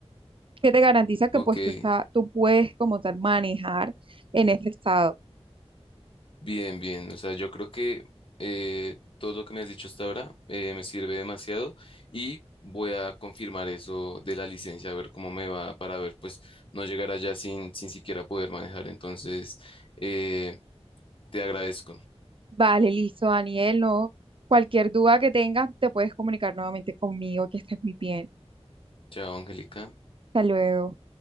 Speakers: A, on the right; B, on the left.
A: que te garantiza que
B: ok.
A: pues tú está, tú puedes como tal manejar en este estado.
B: Bien, bien. O sea, yo creo que eh, todo lo que me has dicho hasta ahora eh, me sirve demasiado y voy a confirmar eso de la licencia, a ver cómo me va para ver, pues no llegar allá sin, sin siquiera poder manejar. Entonces, eh, te agradezco.
A: Vale, listo, Daniel, no, cualquier duda que tengas, te puedes comunicar nuevamente conmigo, que estés muy bien.
B: Chao, Angélica.
A: Hasta luego.